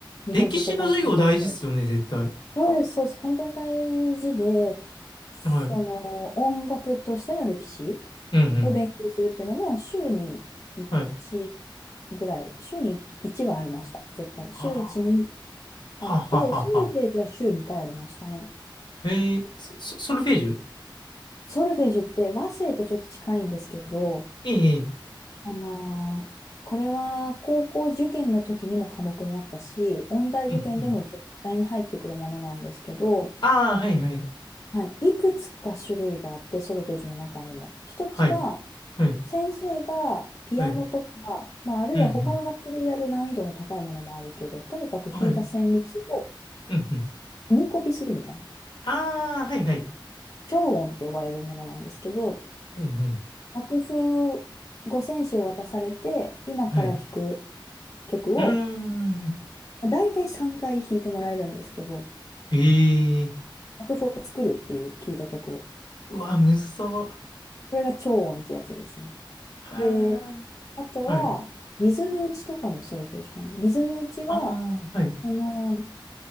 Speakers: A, on the left; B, on the left.
A: 日本史世界史の先生。
B: 歴史の授業大事っすよね、絶対。
A: そうです、そうです。本当に大事で、その音楽としての歴史。
B: はい。うんうん。
A: を勉強するっていうのも週に1
B: はい。
A: ぐらい、週に1はありました、絶対。
B: あ
A: 週1に
B: ーはははは。
A: あって、ソルフェージュは週2回ありましたね。
B: えー、そ、そ、ソルフェージュ
A: ソルフェージュって和声とちょっと近いんですけど、
B: ええ、ええ
A: あのーこれは高校受験の時にも科目にあったし、音大受験でも絶対に入ってくるものなんですけど、
B: うんうん。ああ、はい、はい。
A: はい、いくつか種類があって、ソルフェージュの中にも。一つは、
B: はい。はい。
A: 先生がピアノとか、
B: はい。
A: まあ、あるいは他の楽器でやる難易度の高いものもあるけど、
B: うん
A: とにかく弾いた旋律を
B: うん。はい。うんうん。
A: 耳コピするみたいな、
B: ああ、はい、はい。
A: 超音って呼ばれるものなんですけど、
B: うんうん。
A: 楽譜五線紙を渡されて、今から弾く
B: はい。
A: 曲を、
B: うーん。
A: まあ、大体3回弾いてもらえるんですけど、
B: ええ
A: 楽譜を作るっていう聞いた曲を。
B: うわ、むずそ
A: これが超音ってやつですね。
B: う。へえ。
A: で、あとは、
B: はい。
A: リズム打ちとかもソルフェージュかな。リズム打ちは、
B: ああ、はい。
A: その、